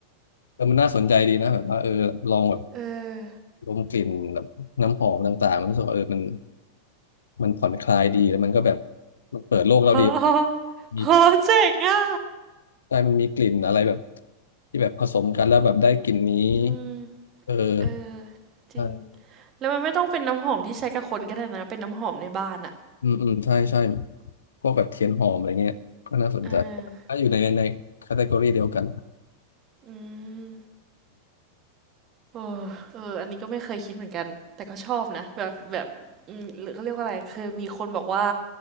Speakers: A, on the left (about 70°); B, on the right (about 30°).
A: เออมันน่าสนใจดีนะแบบว่าเออลองแบบ
B: เออ
A: ดมกลิ่นแบบน้ำหอมต่างๆมันรู้สึกว่าเออมันมันผ่อนคลายดีแล้วมันก็แบบมันเปิดโลกเราดี
B: ฮะฮะเจ๋งอ่ะ
A: มีได้มันมีกลิ่นอะไรแบบที่แบบผสมกันแล้วแบบได้กลิ่นนี้
B: อืม
A: เออ
B: เออจริง
A: ใช่
B: แล้วมันไม่ต้องเป็นน้ำหอมที่ใช้กับคนก็ได้นะเป็นน้ำหอมในบ้านอ่ะ
A: อืมอืมใช่ใช่พวกแบบเทียนหอมอะไรเงี้ยก็น่าสนใจ
B: เอ
A: ถ้าอยู่ในในแคตตา
B: อ
A: o r y เดียวกัน
B: อืม เออเอออันนี้ก็ไม่เคยคิดเหมือนกัน แต่ก็ชอบนะแบบแบบอืมหรือเขาเรียกว่าอะไรคือมีคนบอกว่า